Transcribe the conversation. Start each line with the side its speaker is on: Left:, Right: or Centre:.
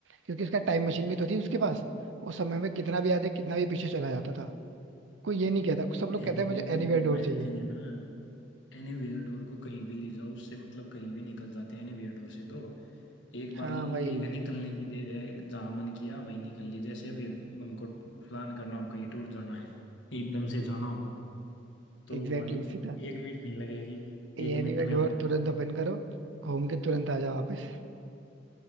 Right: क्योंकि उसका टाइम मशीन भी तो थी उसके पास उस समय में कितना भी आगे कितना भी पीछे चला जाता था कोई ये नहीं कहता सब लोग
Left: एनीवेयर
Right: कहते हैं मुझे
Left: डोर
Right: एनीवेयर
Left: में
Right: डोर
Left: बेस्ट
Right: चाहिए
Left: थिंग है ना एनीवेयर डोर को कहीं भी ले जाओ उससे मतलब कहीं भी निकल जाते हैं एनीवेयर डोर से तो एक
Right: हाँ
Left: बार लेकर
Right: भाई
Left: निकलने की देर है जहाँ मन किया वहीं निकल ली जैसे अभी हमको प्लान करना हो कहीं टूर जाना है एकदम से जाना हो तो
Right: एग्जैक्टली
Left: हमारी
Right: exactly, सीधा
Left: एक मिनट नहीं लगेगी
Right: ये
Left: एक
Right: एनीवेयर
Left: मिनट में
Right: डोर
Left: हम
Right: तुरंत ओपन करो घूम के तुरंत आ जाओ वापस